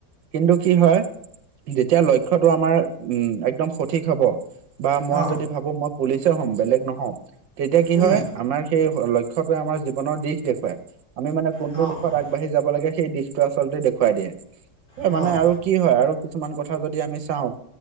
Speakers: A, on the right (about 80°); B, on the left (about 40°).
A: কিন্তু কি হয় যেতিয়া লক্ষ্যটো আমাৰ উম একদম সঠিক হব। বা
B: অ',
A: মই যদি ভাবো মই পুলিচে হম বেলেগ নহম তেতিয়া কি
B: উম,
A: হয়। আমাৰ সেই লক্ষ্যটোৱে আমাৰ জীৱনৰ দিশ দেখুৱাই আমি মানে কোনটো
B: অ',
A: দিশত।
B: অ',
A: বাঢ়ি যাব লাগে সেই দিশতটো আচলতে দেখুৱাই দিয়ে এ
B: অ',
A: মানে আৰু। কি হয় আৰু কিছুমান কথা যদি আমি চাওঁ।